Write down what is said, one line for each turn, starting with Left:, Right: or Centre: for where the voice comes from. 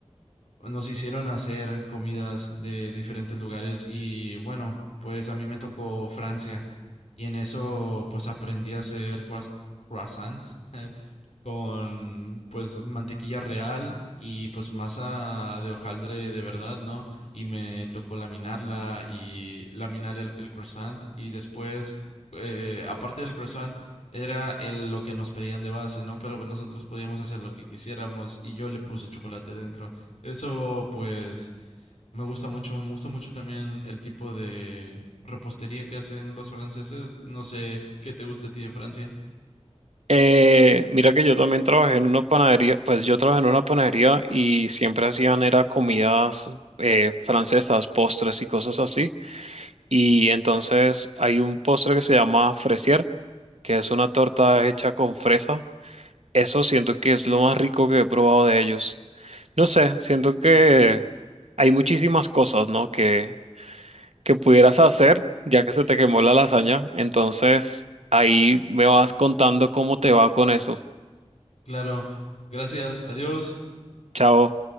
Left: nos hicieron hacer comidas de diferentes lugares y bueno, pues a mí me tocó Francia y en eso pues aprendí a hacer croiss- croissants <laughs> con pues mantequilla real y pues masa de hojaldre de verdad, ¿no? Y me tocó laminarla y laminar el, el croissant y después eh, aparte del croissant era el, lo que nos pedían de base, ¿no? Pero nosotros podíamos hacer lo que quisiéramos y yo le puse chocolate dentro. Eso pues me gusta mucho, me gusta mucho también el tipo de repostería que hacen los franceses. No sé qué te gusta a ti de Francia.
Right: Eh, mira que yo también trabajé en una panadería, pues yo trabajé en una panadería y siempre hacían era comidas eh, francesas, postres y cosas así. Y entonces hay un postre que se llama fresier, que es una torta hecha con fresa. Eso siento que es lo más rico que he probado de ellos. No sé, siento que hay muchísimas cosas, ¿no? Que, que pudieras hacer ya que se te quemó la lasaña. Entonces ahí me vas contando cómo te va con eso.
Left: Claro, gracias, adiós.
Right: Chao.